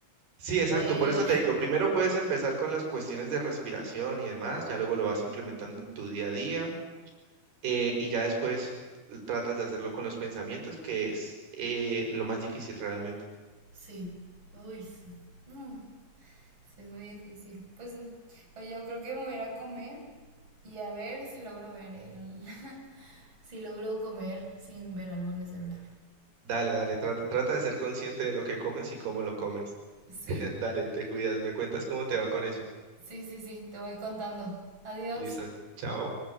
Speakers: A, on the right; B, on the right.
A: Sí, exacto,
B: Eh,
A: por eso te digo, primero puedes empezar con las cuestiones de respiración y demás, ya luego lo vas implementando en tu día a día eh, y ya después tratas de hacerlo con los pensamientos, que es eh, lo más difícil realmente.
B: Sí, uy, sí. no, Sí, es muy difícil. Pues, oye, yo creo que me voy a ir a comer y a ver si logro ver el... <laughs> si logro comer sin ver algo en el celular.
A: Dale, dale, trata, trata de ser consciente de lo que comes y cómo lo comes.
B: Sí,
A: <laughs> Dale, te cuidas, me cuentas cómo te va con eso.
B: sí, sí, sí, te voy contando. Adiós.
A: Listo, chao.